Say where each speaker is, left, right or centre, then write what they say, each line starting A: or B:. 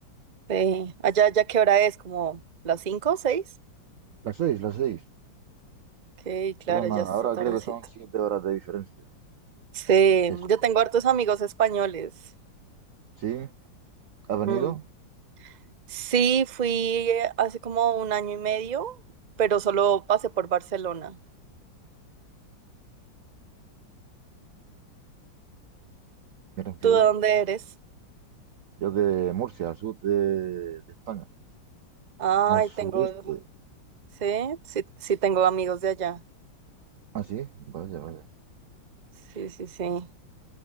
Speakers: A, on the right; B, on the right.
A: Sí, allá ya qué hora es, como las cinco o seis.
B: Las seis, las seis.
A: Ok, claro,
B: Son,
A: ya
B: a-
A: está
B: ahora
A: tardecito.
B: creo que son siete horas de diferencia.
A: Sí,
B: Eso.
A: yo tengo hartos amigos españoles.
B: Sí, ¿has venido?
A: Mm. Sí, fui eh, hace como un año y medio, pero solo pasé por Barcelona.
B: Gran
A: ¿Tú
B: ciudad.
A: de dónde eres?
B: Yo de Murcia, al sur de, de España.
A: Ay,
B: Al sureste.
A: tengo. Sí, sí, sí tengo amigos de allá.
B: Ah, sí, vaya, vaya.
A: Sí, sí, sí.